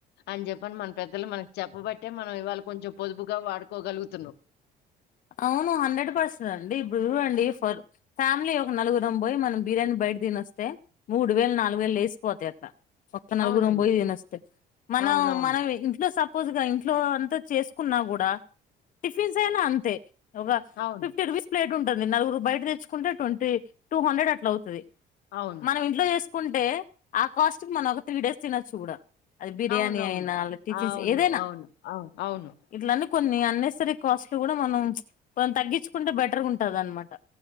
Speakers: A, on the left; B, on the left.
A: అని చెప్ప మ మన పెద్దలు మన చెప్పబట్టి అంటే మనం ఇవాళ కొంచెం పొదుపుగా వాడుకోగలుగుతున్నాం
B: అవును హండ్రెడ్ పర్సెంట్ అండి ఇప్పుడు చూడండి ఫర్ ఫ్యామిలీ ఒక నలుగురం పోయి మనం బిర్యానీ బయట తినొస్తే మూడు వేలు నాలుగు వేలు లేసిపోతాయి ఒక్క నలుగురం
A: అవునండి
B: పోయి తినేస్తే మనం
A: అవునవును
B: మనం ఇంట్లో స సపోజ్గా ఇంట్లో అంతా చేసుకున్నా కూడా టిఫిన్స్ అయినా అంతే ఒక
A: అవును
B: ఫిఫ్టీ రుపీస్ ప్లేట్ ఉంట నలుగురు బయట తెచ్చుకుంటే ట్వంటీ టూ హండ్రెడ్ అట్లా అవుతుది
A: అవును
B: మనం ఇంట్లో చేసుకుంటే అంటే ఆ కాస్ట్ మనం ఒక త్రీ డేస్ తినచూ అది బిర్యానీ
A: అవునవును
B: అయినా అ టిఫిన్స్
A: అవును
B: ఏదైనా
A: అవును అవును అవును.
B: ఇట్లన్న కొన్ని అన్నెసరీ కాస్ట్లు కూడా మనం కొన్ని తగ్గించుకుంటే బెటర్ ఉంటది అనమాట